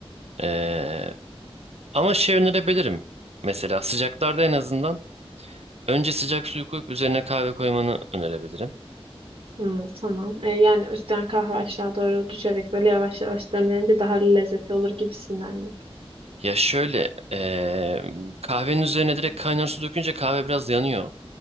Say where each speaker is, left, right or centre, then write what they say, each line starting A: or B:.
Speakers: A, on the right; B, on the right.
A: E, ama şey önerebilirim. Mesela sıcaklarda en azından önce sıcak suyu koyup üzerine kahve koymanı önerebilirim.
B: Hmm, tamam. E, yani üstten kahve aşağı doğru düşerek böyle yavaş yavaş demlenince daha lezzetli olur gibisinden. mi?
A: Ya şöyle e, kahvenin üzerine direkt kaynar su dökünce kahve biraz yanıyor.